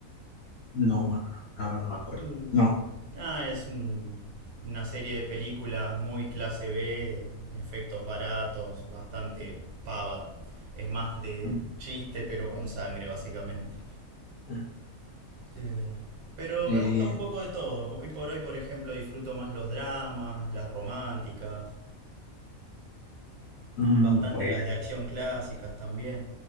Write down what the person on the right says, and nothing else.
Mm,
Nada, es un- una serie de películas muy clase B, efectos baratos, bastante pava. Es más de
chiste, pero con sangre, básicamente.
Eh, pero
me gusta un poco de todo. Hoy por hoy, por ejemplo, disfruto más los dramas, las románticas,
bastante
las de acción clásicas también.